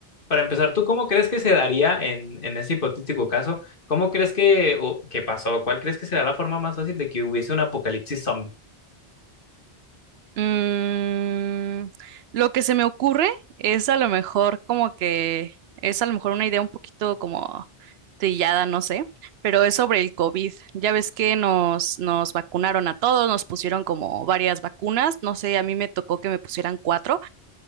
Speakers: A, on the left; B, on the right.
A: para empezar, ¿tú cómo crees que se daría en, en ese hipotético caso? ¿Cómo crees que, o- que pasó? ¿Cuál crees que será la forma más fácil de que hubiese un apocalipsis zombie?
B: Mm, lo que se me ocurre es a lo mejor como que es a lo mejor una idea un poquito como trillada, no sé, pero es sobre el COVID. Ya ves que nos, nos vacunaron a todos, nos pusieron como varias vacunas, no sé, a mí me tocó que me pusieran cuatro.